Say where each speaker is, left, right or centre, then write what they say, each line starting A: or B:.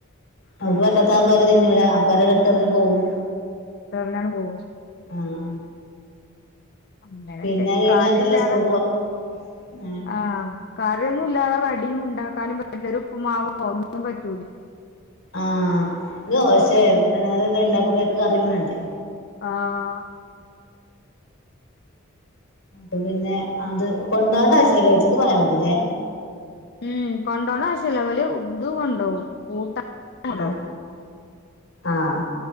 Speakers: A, on the left; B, on the left.
A: അവക്ക് പറ്റാത്ത ആകുമ്പ അവര് തിന്നൂല അപ്പ അവരവിടെ ഇട്ടറിഞ്ഞ് പോവും.
B: <unintelligible>
A: ആഹ്
B: അങ്ങനൊക്കെ
A: പിന്നെ അത് കഴിഞ്ഞ്
B: കാട്ടില്ലാതാ
A: എന്നിട്ടല്ലേ സ്കൂൾക്ക് പോ ആഹ്
B: ആ. കറിയൊന്നും ഇല്ലാതെ കടിയും ഉണ്ടാക്കാനും <unintelligible>
A: ആഹ് ദോശേ അങ്ങനത്തെ എന്തേലുണ്ടാക്കുമ്പോക്ക കറിയും വേണ്ടേ?
B: ആഹ്
A: അപ്പൊ പിന്നെ അത് കൊണ്ടോണ്ട ആവശ്യല്ല കഴിച്ചിട്ട് പോയാ മതില്ലേ?
B: ഉം കൊണ്ടോണ്ട ആശ്യല്ല ഇവല് ഇത് കൊണ്ടോവും കൂട്ടാൻ കൊണ്ടോവും.
A: ആഹ് ആഹ്